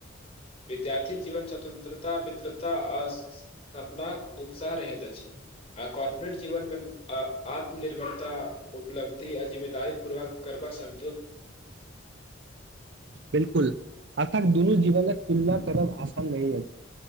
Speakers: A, on the left; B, on the right.
A: विद्यार्थी जीवन स्वतन्त्रता मित्रता आ सपनाक उत्साह रहैत अछि। आ कार्पोरेट जीवन में आ आत्मनिर्भरता उपलब्धि आ जिम्मेदारी पूर्वक करबा स
B: बिलकुल। अर्थक दुोनू जीवने तुलना करब आसान रहहि अछि।